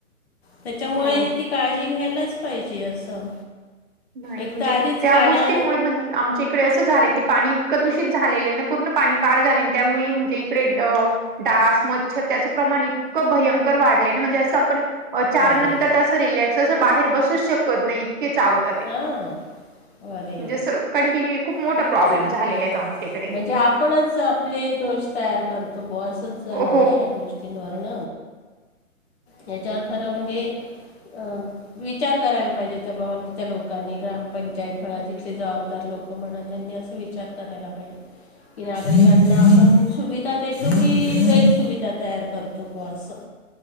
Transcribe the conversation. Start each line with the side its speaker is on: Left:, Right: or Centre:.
Left: त्याच्यामुळे
Right: हो.
Left: ती काळजी घ्यायलाच पाहिजे असं
Right: नाही म्हणजे
Left: एक तर आधीच
Right: त्या
Left: पाण्या
Right: गोष्टीमुळे म्हण आमच्या इकडे असं झालंय की पाणी इतकं दूषित झालेलं आहे ना पूर्ण पाणी काळ झाले त्यामुळे म्हणजे इकडे अ डास मच्छर त्याचं प्रमाण इतकं भयंकर वाढलय ना म्हणजे असं आपण अ चार
Left: अरे
Right: नंतर त असं रिलॅक्स असं बाहेर बसूच शकत नाही इतके चावतात. ते.
Left: हा. अ ते
Right: म्हणजे असं कंटिन्यू खूप मोठा
Left: खूपच
Right: प्रॉब्लेम
Left: सुध
Right: झालेला आहे तो आमच्या इकडे.
Left: म्हणजे आपणच त आपले दोष तयार करतो बुआ असंच झालं
Right: हो,
Left: ना या गोष्टींवरण याच्यावर खरं म्हणजे अ विचार करायला पाहिजे त्या भावांनी. त्या लोकांनी ग्रामपंचायत म्हणा जिथले जबाबदार लोकं म्हणा त्यांनी असा विचार करायला पाहिजे. की नाय आपण यांना आपण सुविधा देतो की गैर सुविधा तयार करतो. हो असं